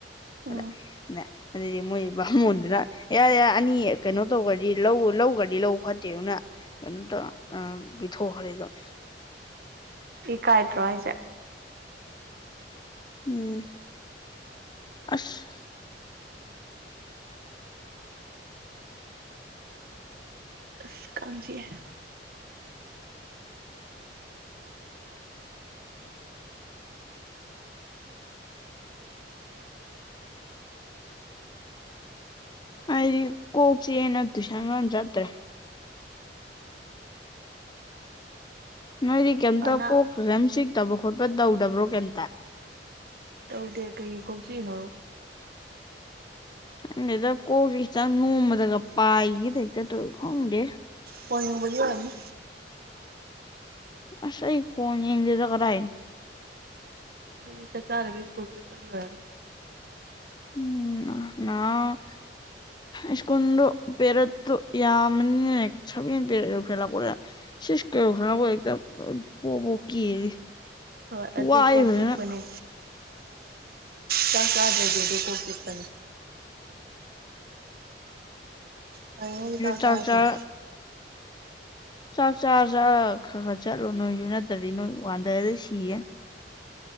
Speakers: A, on the right; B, on the left.
A: ꯎꯝ
B: ꯑꯗ ꯑꯗ ꯑꯗꯨꯗꯩꯗꯤ ꯃꯣꯏ ꯕꯥꯃꯣꯟꯗꯨꯅ ꯏꯌꯥ ꯌꯥ ꯑꯅꯤ ꯀꯩꯅꯣ ꯇꯧꯈꯒ꯭ꫪꯗꯤ ꯂꯧ ꯂꯧꯈꯒ꯭ꫪꯗꯤ ꯂꯧ ꯐꯠꯇꯦꯅ ꯀꯩꯅꯣ ꯇꯧ ꯑꯥ ꯄꯤꯊꯣꯛꯈ꯭ꯔꯦ ꯑꯗꯨꯝ
A: ꯏꯀꯥꯏꯇ꯭ꯔꯣ ꯍꯥꯏꯖꯦ
B: ꯎꯝ ꯑꯁ
A: ꯑꯁ ꯀꯥꯡ ꯆꯤꯛꯑ‌ꯦ
B: ꯑꯩꯗꯤ ꯀꯣꯛ ꯆꯤꯛꯑꯦꯅ ꯇꯨꯏꯁꯟꯒ ꯑꯝ ꯆꯠꯇ꯭ꯔꯦ ꯅꯣꯏꯗꯤ ꯀꯩꯝꯇ
A: ꯑꯅꯥ
B: ꯀꯣꯛꯇ ꯀꯝ ꯆꯤꯛꯇꯕ ꯈꯣꯠꯄ ꯇꯧꯗꯕ꯭ꯔꯣ ꯀꯩꯝꯇ
A: ꯇꯧꯗꯦ ꯀꯩꯒꯤ ꯀꯣꯛ ꯆꯤꯛꯢꯅꯣ
B: ꯈꯪꯗꯦꯗ ꯀꯣꯛꯁꯤ ꯈꯤꯇꯪ ꯅꯣꯡꯕꯗꯒ ꯄꯥꯏꯈꯤꯒꯦ ꯍꯩꯛꯇ ꯇꯧꯢ ꯈꯪꯗꯦ
A: ꯐꯧ ꯌꯦꯡꯕꯒꯤ ꯑꯣꯏꯔꯝꯅꯤ
B: ꯑꯁ ꯑꯩ ꯐꯣꯟ ꯌꯦꯡꯗꯦꯗ ꯀꯗꯥꯏꯗꯩ
A: ꯑꯗꯨꯗꯤ ꯆꯥꯛ ꯆꯥꯗꯕꯤ ꯁ꯭ꯀꯨꯜ ꯆꯠꯄꯒꯤ ꯑꯣꯏꯔꯝꯅꯤ
B: ꯎꯝ ꯑ ꯏꯁꯀꯨꯜꯗꯨ ꯄꯦꯔꯠꯇꯣ ꯌꯥꯝꯕꯅꯤꯅ ꯁꯚꯦꯟ ꯄꯦꯔꯠ ꯑꯣꯏꯈꯠꯂꯛꯄꯗꯨꯗ ꯁꯤꯛꯁ ꯄꯦꯔꯠꯐꯥꯎ ꯕꯣ ꯕꯣ ꯀꯦꯜꯂꯤ
A: ꯍꯣꯏ ꯑꯗꯨ
B: ꯋꯥꯏ
A: ꯀꯣꯛ
B: ꯐꯖꯅ
A: ꯆꯤꯛꯄꯅꯦ ꯆꯥꯛ ꯆꯥꯗ꯭ꯔꯗꯤ ꯑꯗꯨ ꯀꯣꯛ ꯆꯤꯛꯄꯅꯦ ꯐꯔꯤꯉꯩ
B: ꯆꯥꯛ
A: ꯆꯥꯗ꯭ꯔꯕ
B: ꯆꯥ ꯆꯥꯛ ꯆꯥꯔ ꯆꯥꯔꯒ ꯈꯔ ꯈꯔ ꯆꯠꯂꯣ ꯅꯣꯏꯁꯨ ꯅꯠꯇ꯭ꯔꯗꯤ ꯅꯣꯏ ꯋꯥꯟꯗꯔꯗꯤ ꯁꯤꯔꯅꯤ